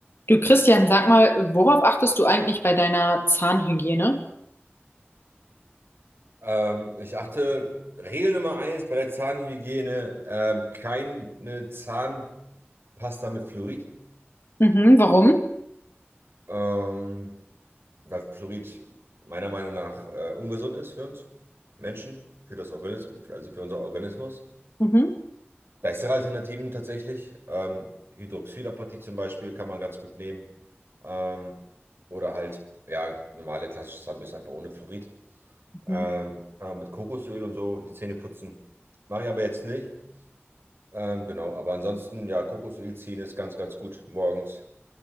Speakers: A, on the left; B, on the right.
A: Du Christian, sag mal, worauf achtest du eigentlich bei deiner Zahnhygiene?
B: Ähm, ich achte, Regel Nummer eins bei der Zahnhygiene, ähm, keine Zahnpasta mit Fluorid,
A: Mhm, warum?
B: ähm, weil Fluorid meiner Meinung nach äh, ungesund ist für uns Menschen, für das Organismus, also für unser Organismus.
A: Mhm.
B: Bessere Alternativen tatsächlich, ähm, Hydroxylapatit zum Beispiel kann man ganz gut nehmen ähm, oder halt, ja, normale klassische Zahnbürste einfach ohne Fluorid. Ähm,
A: Mhm.
B: kann auch mit Kokosöl und so die Zähne putzen. Mache ich aber jetzt nicht. Ähm, genau, aber ansonsten, ja, Kokosöl ziehen ist ganz, ganz gut morgens.